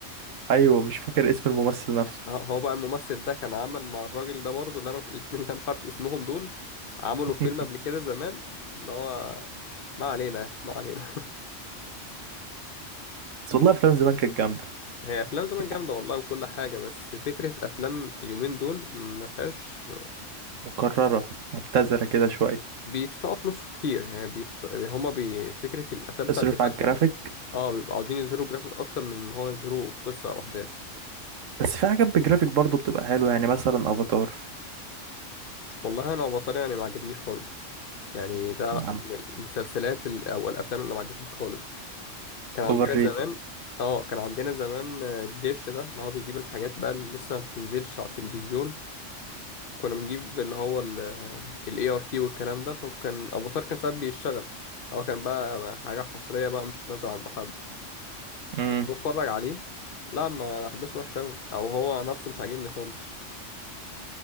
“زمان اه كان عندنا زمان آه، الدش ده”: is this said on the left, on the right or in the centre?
Left